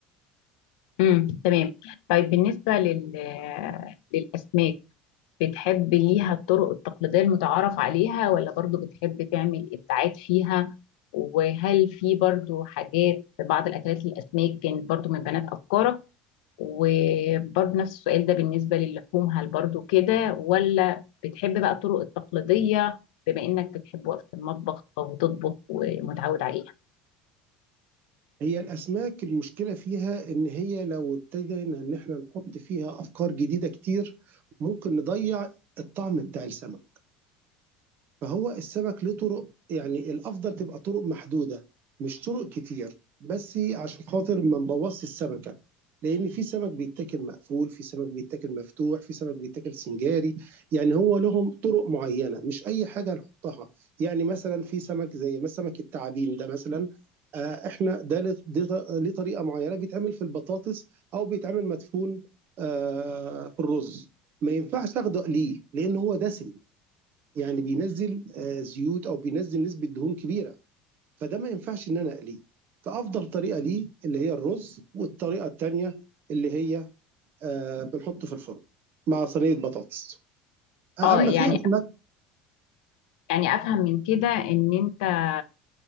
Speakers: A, on the left (about 75°); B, on the right (about 55°).
A: امم تمام طيب بالنسبة لل... للأسماك بتحب ليها الطرق التقليدية المتعارف عليها ولا برضو بتحب تعمل إبداعات فيها وهل في برضو حاجات بعض الأكلات الأسماك كانت برضو من بنات أفكارك وبرضه نفس السؤال ده بالنسبة للحوم هل برضه كده ولا بتحب بقى الطرق التقليدية بما انك بتحب وقفة المطبخ وتطبخ ومتعود عليها
B: هي الأسماك المشكلة فيها إن هي لو ابتدينا إن إحنا نحط فيها أفكار جديدة كتير ممكن نضيع الطعم بتاع السمك فهو السمك له طرق يعني الافضل تبقى طرق محدوده مش طرق كتير بس عشان خاطر ما نبوظش السمكه لان في سمك بيتاكل مقفول في سمك بيتاكل مفتوح في سمك بيتاكل سنجاري يعني هو لهم طرق معينه مش اي حاجه نحطها يعني مثلا في سمك زي ما سمك التعابين ده مثلا آه، احنا ده ليه ده ليه طريقه معينه بيتعمل في البطاطس او بيتعمل مدفون آه، في الرز ما ينفعش اخده ليه لان هو دسم يعني بينزل آه، زيوت او بينزل نسبه دهون كبيره فده ما ينفعش ان انا اقليه فافضل طريقه ليه اللي هي الرز والطريقه الثانيه اللي هي آه، بنحطه في الفرن مع صينيه بطاطس اما
A: اه يعني
B: في اسماك
A: يعني افهم من كده ان انت